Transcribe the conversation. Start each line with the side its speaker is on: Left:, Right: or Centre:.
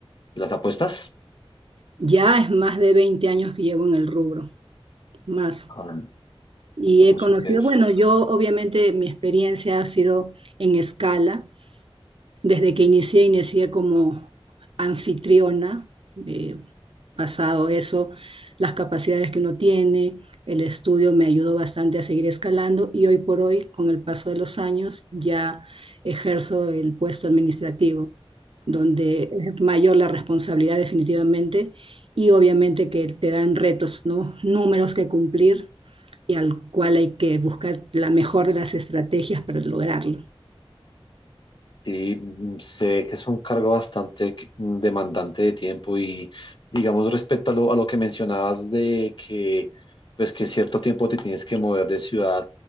Left: de las apuestas.
Right: Ya es más de 20 años que llevo en el rubro, más.
Left: Ah,
Right: Y
Left: ah, no,
Right: he conocido,
Left: súper.
Right: bueno, yo obviamente mi experiencia ha sido en escala. Desde que inicié, inicié como anfitriona, eh, pasado eso, las capacidades que uno tiene, el estudio me ayudó bastante a seguir escalando y hoy por hoy, con el paso de los años, ya ejerzo el puesto administrativo, donde es mayor la responsabilidad definitivamente y obviamente que te dan retos, ¿no? Números que cumplir y al cual hay que buscar la mejor de las estrategias para lograrlo.
Left: Sí, mm, se ve que es un cargo bastante que- mm, demandante de tiempo y digamos respecto a lo, a lo que mencionabas de que pues que cierto tiempo te tienes que mover de ciudad,